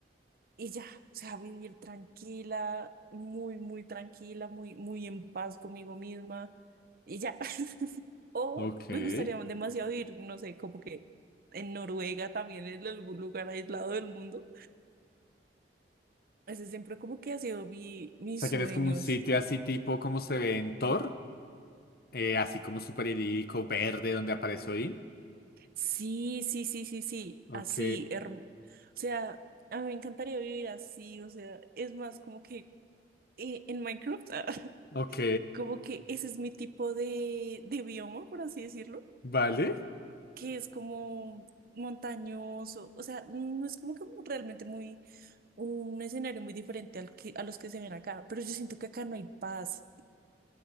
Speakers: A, on the right (about 55°); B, on the left (about 55°).
A: y ya, o sea, vivir tranquila, muy, muy tranquila, muy, muy en paz conmigo misma, y ya. <laughs> O
B: Ok.
A: me
B: O
A: gustaría demasiado ir, no sé, como que en Noruega también, en algún lugar aislado del mundo. Ese siempre como que ha sido mi, mis
B: sea,
A: sueños.
B: que eres como un sitio así tipo como se ve en Thor, eh, así como super idílico, verde, donde aparece Odín.
A: Sí, sí, sí, sí, sí,
B: Ok,
A: así, herm- o sea, a mí me encantaría vivir así, o sea, es más como que eh, en Minecraft, ah, <laughs>
B: ok,
A: como que ese es mi tipo de, de bioma, por así decirlo,
B: vale,
A: que es como montañoso, o sea, no es como que realmente muy un escenario muy diferente al que, a los que se ven acá, pero yo siento que acá no hay paz.